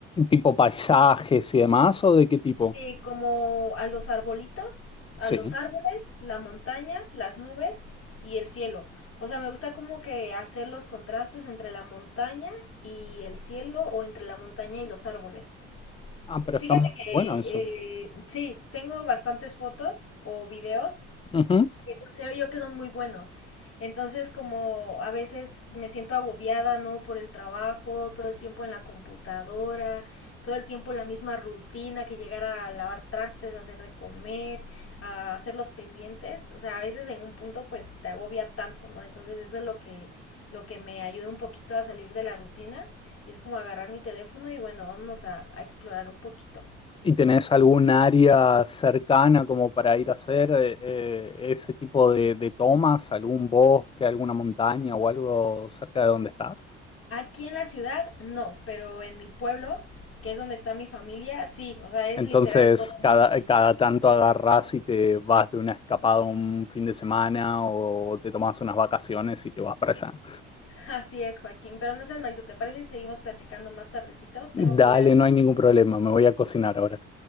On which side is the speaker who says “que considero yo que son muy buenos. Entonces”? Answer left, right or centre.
Left